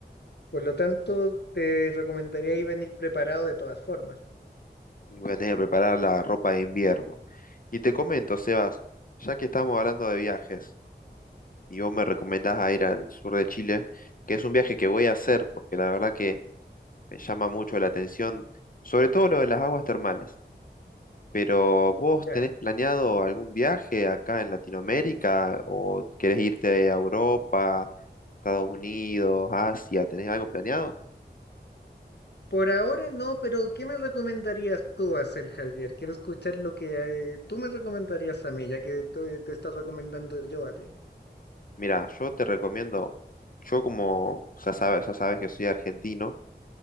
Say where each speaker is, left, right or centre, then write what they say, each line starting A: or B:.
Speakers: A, on the left; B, on the left.
A: Por lo tanto, te recomendaría ahí venir preparado de todas formas.
B: Voy a tener que preparar la ropa de invierno. Y te comento, Sebas, ya que estamos hablando de viajes y vos me recomendás a ir al sur de Chile, que es un viaje que voy a hacer, porque la verdad que me llama mucho la atención, sobre todo lo de las aguas termales. Pero ¿vos
A: Ya.
B: tenés planeado algún viaje acá en Latinoamérica o querés irte a Europa, Estados Unidos, Asia? ¿Tenés algo planeado?
A: Por ahora no, pero ¿qué me recomendarías tú hacer, Javier? Quiero escuchar lo que eh, tú me recomendarías a mí, ya que te, te está recomendando yo a ti.
B: Mira, yo te recomiendo, yo como ya sabes, ya sabes que soy argentino,